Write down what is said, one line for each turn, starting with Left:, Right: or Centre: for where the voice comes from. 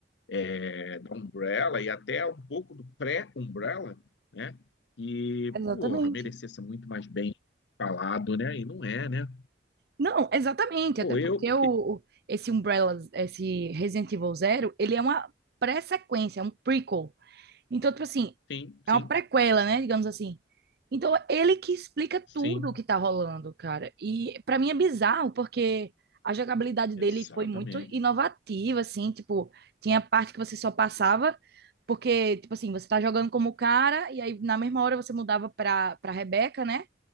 Left: é, da Umbrella e até um pouco do pré-Umbrella, né? E,
Right: exatamente.
Left: porra, merecia ser muito mais bem falado, né? E não é, né?
Right: Não, exatamente,
Left: Ou
Right: até porque
Left: eu,
Right: o, o- esse Umbrella, esse Resident Evil Zero, ele é uma pré-sequência, é um prequel. Então, tipo assim,
Left: sim, sim,
Right: é uma prequela, né? Digamos assim. Então, ele que explica
Left: sim,
Right: tudo o que tá rolando, cara. E pra mim é bizarro, porque a jogabilidade
Left: exatamente.
Right: dele foi muito inovativa, assim, tipo, tinha parte que você só passava, porque, tipo assim, você tá jogando como o cara, e aí na mesma hora você mudava pra, pra Rebeca, né?